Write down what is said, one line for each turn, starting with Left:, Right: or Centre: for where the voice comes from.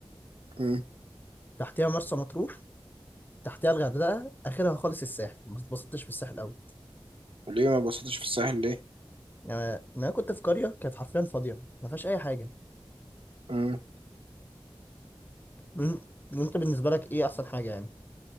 Right: امم
Left: تحتها مرسى مطروح تحتها الغردقه اخرها خالص الساحل ما اتبسطتش في الساحل قوي
Right: ليه ما بسطتش في الساحل ليه
Left: يعني انا كنت في قريه كانت حرفيا فاضيه ما فيهاش اي حاجه
Right: امم
Left: مم. وانت بالنسبه لك ايه احسن حاجه يعني